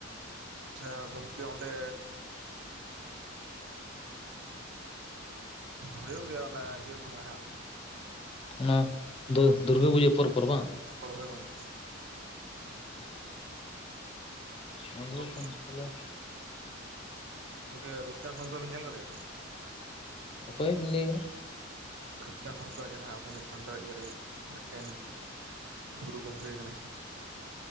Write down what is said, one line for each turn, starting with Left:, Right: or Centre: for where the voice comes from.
Right: ᱟᱪᱷᱟ ᱜᱚᱝᱠᱮ ᱚᱱᱰᱮ ᱦᱩᱭᱩᱜ ᱜᱮᱭᱟ ᱚᱱᱟ ᱤᱭᱟᱹ ᱥᱚᱢᱚᱭ ᱦᱟᱸᱜ
Left: ᱚᱱᱟ ᱫᱚ ᱫᱩᱨᱜᱟᱹ ᱯᱩᱡᱟᱹ ᱯᱚᱨ ᱯᱚᱨ ᱵᱟᱝ
Right: <unintelligible> ᱦᱚᱭ ᱜᱚᱢᱠᱮ
Left: <inaudible> ᱚᱸᱰᱮ ᱫᱚ
Right: ᱜᱚᱢᱠᱮ
Left: ᱯᱷᱚᱱ <unintelligible> ᱛᱟᱦᱚᱞᱮ
Right: ᱜᱚᱝᱠᱮ ᱨᱩᱯᱪᱟᱸᱫᱽ ᱦᱟᱸᱥᱫᱟ ᱵᱮᱱ ᱧᱮᱞ ᱟᱠᱟᱫᱮᱭᱟ ᱛᱚ
Left: ᱚᱠᱚᱭᱮᱵᱤᱱ ᱞᱟᱹᱭᱮᱫᱟ
Right: ᱨᱩᱯᱪᱟᱸᱫᱽ ᱦᱟᱸᱥᱫᱟ ᱡᱟᱦᱟᱸ ᱟᱵᱚᱱᱤᱡ ᱥᱟᱱᱛᱟᱲ ᱤᱭᱟᱹ ᱢᱤᱫᱴᱮᱱ ᱜᱩᱨᱩ ᱜᱚᱢᱠᱮ ᱠᱟᱱᱟᱭ ᱦᱟᱸᱜ